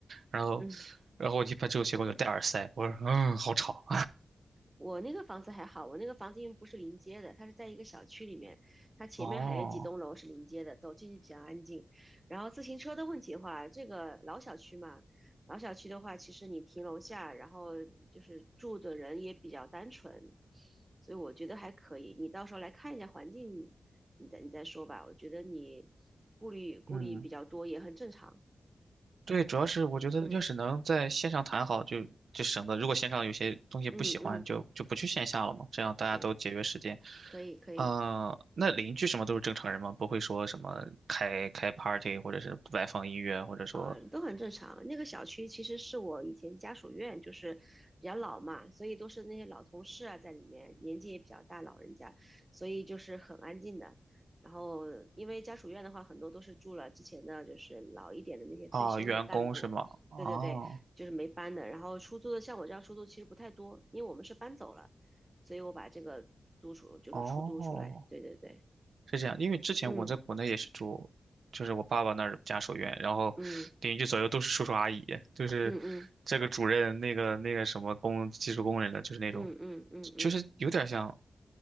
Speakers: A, on the right (about 75°); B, on the right (about 20°).
A: 然后，
B: 嗯
A: 然后我一般这种情况就戴耳塞，我说嗯，好吵。
B: 我那个房子还好，我那个房子因为不是临街的，它是在一个小区里面，它前面还有几栋楼是临街的，
A: 哦，
B: 走进去比较安静。然后自行车的问题的话，这个老小区嘛，老小区的话，其实你停楼下，然后就是住的人也比较单纯，所以我觉得还可以。你到时候来看一下环境，你再你再说吧。我觉得你顾虑顾虑比较多也很正常。
A: 嗯。对，主要是我觉得要是能在线上谈好就，
B: 嗯
A: 就省得如果线上有些东西不喜欢就，
B: 嗯嗯，
A: 就不去线下了嘛，这样大家都节约时间。
B: 行，可以可以。
A: 嗯，那邻居什么都是正常人吗？不会说什么开开 party 或者是外放音乐，或者说
B: 呃，都很正常。那个小区其实是我以前家属院，就是比较老嘛，所以都是那些老同事啊在里面，年纪也比较大，老人家，所以就是很安静的。然后，因为家属院的话，很多都是住了之前的就是老一点的那些退休的干部，
A: 啊员工是吗？啊，
B: 对对对，就是没搬的。然后出租的，像我这样出租其实不太多，因为我们是搬走了，所以我把这个租出就是出租出来，
A: 哦
B: 对对对，
A: 是这样，因为之前我在国内也是住，
B: 嗯
A: 就是我爸爸那儿家属院，然后邻居左右都是叔叔阿姨，
B: 嗯
A: 就是
B: 嗯嗯
A: 这个主任，那个那个什么工技术工人的，就是那种，
B: 嗯嗯嗯嗯，
A: 就是有点像